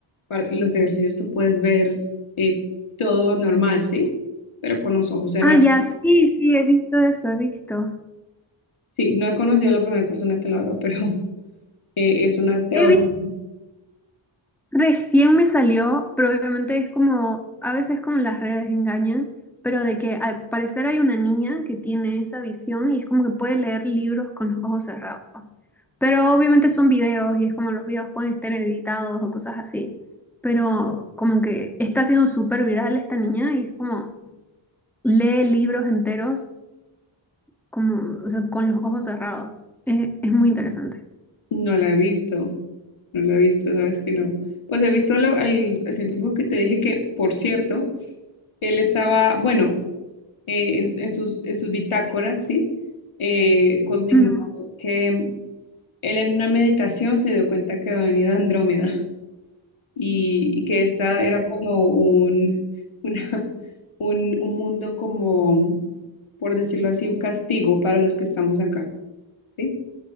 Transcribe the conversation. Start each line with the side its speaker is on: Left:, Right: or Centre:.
Left: para los ejercicios tú puedes ver eh, todo normal, ¿sí? Pero con los ojos cerrados.
Centre: Ah, ya, sí, sí, he visto eso, he visto.
Left: Sí, no he conocido a la primera persona que lo haga, <laughs> pero eh, es una teoría,
Centre: He visto Recién me salió, pero obviamente es como, a veces como las redes engañan, pero de que al parecer hay una niña que tiene esa visión y es como que puede leer libros con los ojos cerrados. Pero obviamente son videos y es como los videos pueden estar editados o cosas así. Pero como que está siendo súper viral esta niña y es como lee libros enteros como, o sea, con los ojos cerrados. Es, es muy interesante.
Left: no la he visto. No la he visto, sabes que no. Pues he visto lo- al, al científico que te dije que, por cierto, él estaba, bueno, eh, en, en sus, en sus bitácoras, ¿sí? Eh, consignó
Centre: Ujú,
Left: que él en una meditación se dio cuenta que había venido Andrómeda y, y que esta era como un, <laughs> una- un, un mundo como, por decirlo así, un castigo para los que estamos acá, ¿sí?